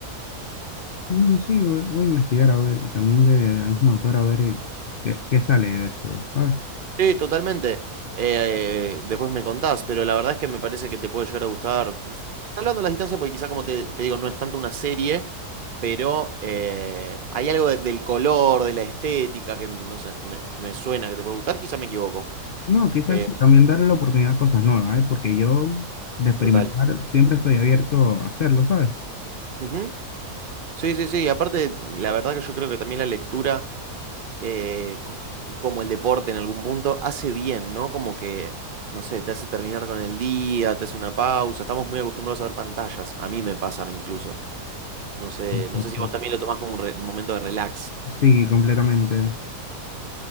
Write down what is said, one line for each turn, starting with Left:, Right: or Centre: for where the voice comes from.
Left: Mm, Sí, voy, voy a investigar a ver, y también de algún autor a ver eh, qué, qué sale de eso, ¿sabes?
Right: Sí, totalmente. Eh, después me contás, pero la verdad es que me parece que te puede llegar a gustar. Hablando de las distancias, porque quizá como te, te digo, no es tanto una serie, pero eh, hay algo de- del color, de la estética, que no sé, me, me suena que te puede gustar, quizá me equivoco.
Left: No, quizás
Right: Eh,
Left: sí, también darle la oportunidad a cosas nuevas, ¿eh? Porque yo de experimentar
Right: total.
Left: siempre estoy abierto a hacerlo, ¿sabes?
Right: Ujú. Sí, sí, sí. Y aparte, la verdad que yo creo que también la lectura, eh, co- como el deporte en algún punto, hace bien, ¿no? Como que, no sé, te hace terminar con el día, te hace una pausa. Estamos muy acostumbrados a ver pantallas. A mí me pasa, a mí incluso. No sé, no
Left: Cierto.
Right: sé si vos también lo tomás como un, re- un momento de relax.
Left: Sí, completamente.